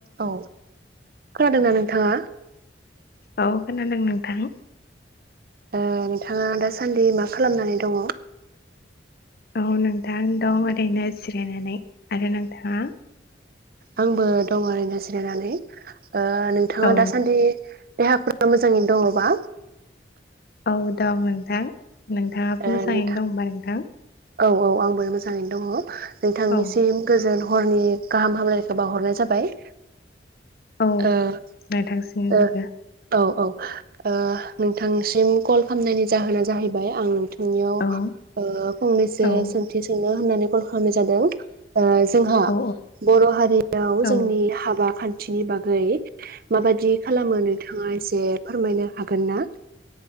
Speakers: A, on the right (about 55°); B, on the left (about 55°).
A: औ। खोनादोंना नोंथाङा?
B: औ खोनादों नोंथां।
A: ओ नोंथाङा दासा सान्दि मा खालामनानै दङ?
B: अ नों थां दं ओरैनो जिरायनानै। आरो नोंथाङा?
A: आंबो दं ओरैनो जिरायनानै। ओ नोंथाङा
B: औ
A: दासान्दि देहाफोरा मोजाङै दङबा?
B: औ दं नोंथां। नोंथाङाबो
A: ओ
B: मोजाङैनो
A: नोंथां
B: दंबा नोंथां
A: औ औ आंबो मोजाङैनो दङ नोंथांनिसिम
B: औ
A: गोजोन हरनि गाहाम हामलायखौ बावहरनाय जाबाय।
B: औ
A: ओ
B: नोंथांसिमबो
A: ओ औ औ। ओ नोंथांसिम कल खालामनायनि जाहोना जाहैबाय आं थांनियाव
B: औ
A: ओ फंनैसो
B: औ
A: सोंथि सोंनो होननानै कल खालामनाय जादों ओ जोंहा
B: औ
A: बर हारियाव
B: औ
A: जोंनि हाबा खान थिनि बागै माबाददि खालामो नोंथाङा? से फोरमायनो हागोन ना?